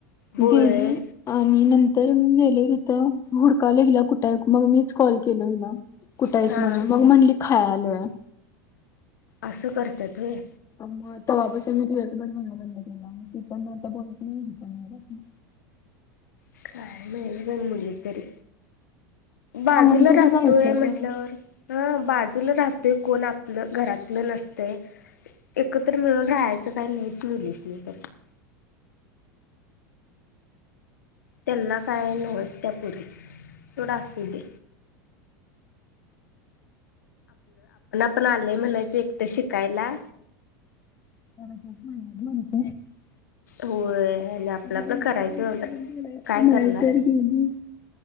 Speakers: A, on the left; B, on the left.
A: होय
B: गेली आणि नाव तर मी गेल तिथं हुडकाल हिला कुठं आहे. मग मीच कॉल केल हिला कुठ
A: हा
B: आहेस म्हणून, मग म्हणली ह
A: असं करत तय
B: मग तेव्हापासून मी तुझ्यासोबत बनण बंद केला ती पण आता बोलत नाही पण आपण नाही
A: कायम ते बोललीत तरी बाजूला
B: सांगून तरी
A: राहतोय
B: जायचं
A: म्हंटल्यावर
B: गं.
A: ह बाजूला राहतो ते कोण आपलं घरातलं नसत एकत्र मिळून राहायचं काय लय स्लो नाही तर <unintelligible> त्यांना काय नाई त्या पुरी सोडा असू दे पण आले म्हणच एकटं शिकायला
B: <inaudible>
A: होय आणि
B: बोलायचं
A: आपलं आपलं करायचं काय
B: नाही
A: करणार
B: तर गेली.